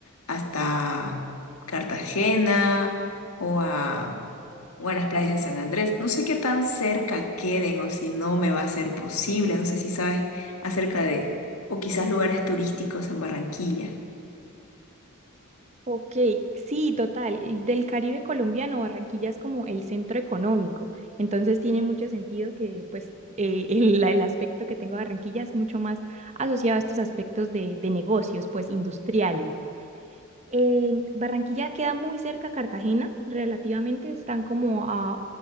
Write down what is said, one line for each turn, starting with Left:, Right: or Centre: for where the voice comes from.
Left: hasta Cartagena o a, o a las playas de San Andrés. No sé qué tan cerca queden o si no me va a ser posible. No sé si sabes acerca de, o quizás lugares turísticos en Barranquilla.
Right: Ok, sí, total. Del Caribe colombiano, Barranquilla es como el centro económico, entonces tiene mucho sentido que pues eh, el, el aspecto que tengo de Barranquilla es mucho más asociado a estos aspectos de, de negocios, pues industriales. Eh, Barranquilla queda muy cerca a Cartagena, relativamente están como a